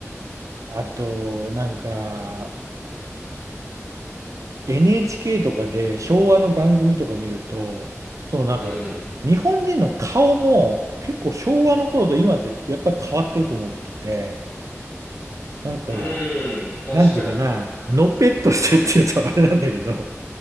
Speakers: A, on the right (about 90°); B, on the left (about 55°).
A: あと、なんか、NHK とかで昭和の番組とか見ると、そのなんか、
B: うん。
A: 日本人の顔も結構昭和の頃と今ってやっぱ変わってると思ってて、なんか、
B: うん。確かに。
A: なんていうかな、のぺっとしてるっていうとあれなんだけど、